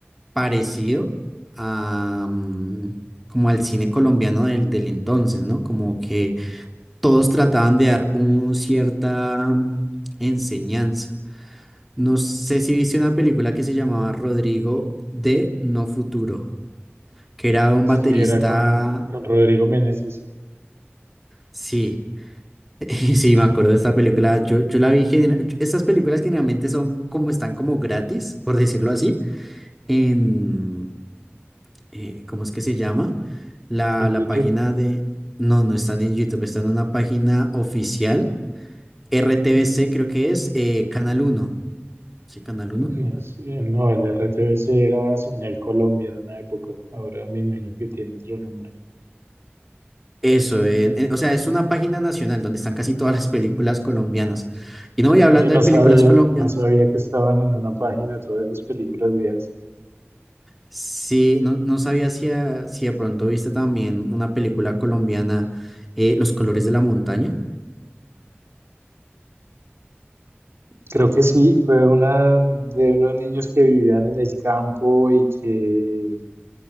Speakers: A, in the centre; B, on the right.
A: parecido a... mm, como al cine colombiano del, del entonces, ¿no? Como que todos trataban de dar un cierta... mm, enseñanza. No sé si viste una película que se llamaba Rodrigo de No Futuro, que era un
B: Sí,
A: baterista.
B: era con, con Rodrigo Meneses.
A: Sí, <laughs> sí, me acuerdo de esta película. Yo, yo la vi. gener- Estas películas generalmente son como están como gratis, por decirlo así, en. eh, ¿cómo es que se llama? La,
B: En YouTube
A: la página de. No, no están en YouTube, están en una página oficial. RTBC creo que es eh, Canal Uno. Sí, Canal
B: Eh,
A: Uno?
B: sí, no, el RTBC era Señal Colombia en una época. Ahora me imagino que tiene otro nombre.
A: Eso, en- en- o sea, es una página nacional donde están casi todas las películas colombianas. Y no voy hablando
B: Yo no
A: de películas
B: sabía,
A: colombianas.
B: no sabía que estaban en una página todas esas películas viejas.
A: Sí, no, no sabía si, a- si de pronto viste también una película colombiana, eh, Los colores de la montaña.
B: Creo que sí, fue una de unos niños que vivían en el campo y que